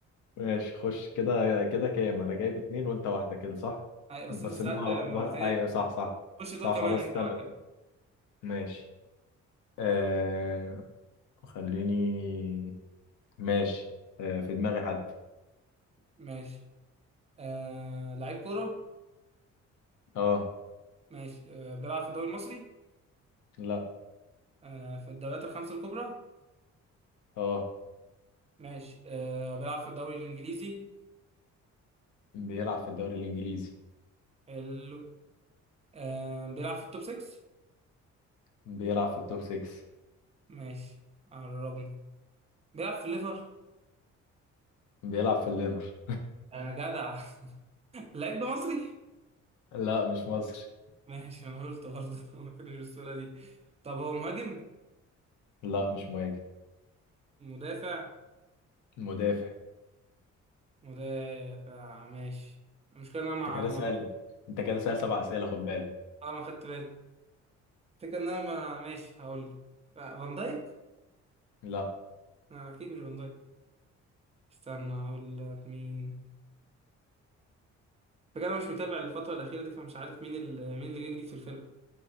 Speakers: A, on the left; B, on the right.
A: ماشي خش كده كده كام انا جايب اتنين وانت واحدة كده صح
B: أيوة، بس
A: بس
B: انت سألت
A: إن- اه
B: مرتين
A: ايوه صح صح
B: خش دول
A: صح
B: كمان
A: خلاص
B: انت
A: استنى
B: بقى كده
A: ماشي آه خليني ماشي آه في دماغي حد
B: ماشي آه لعيب كورة
A: اه
B: ماشي آه بيلعب في الدوري المصري
A: لا
B: آه في الدوريات الخمسة الكبرى
A: اه
B: ماشي آه بيلعب في الدوري الإنجليزي
A: بيلعب في الدوري الانجليزي
B: حلو آه بيلعب في التوب 6
A: بيلعب في التوب 6
B: ماشي قربنا بيلعب في الليفر
A: بيلعب في الليفر
B: آه جدع <laughs> اللعيب ده مصري؟
A: لا مش مصري
B: ماشي انا قلت برضه <laughs> ما كانش بالسهولة دي طب هو مهاجم؟
A: لا مش مهاجم
B: مدافع؟
A: مدافع
B: مدافع ماشي المشكلة ان انا مع
A: انت كده سأل
B: مع
A: انت كده سأل سبع اسئله خد بالك
B: اه ما خدت بالي الفكرة ان انا ما ماشي هقول لك. آه، فان دايك؟
A: لا
B: لا، اكيد مش فان دايك استنى هقول لك مين فكرة انا مش متابع الفترة الأخيرة دي فمش عارف مين ال... مين اللي جاي جديد في الفرقة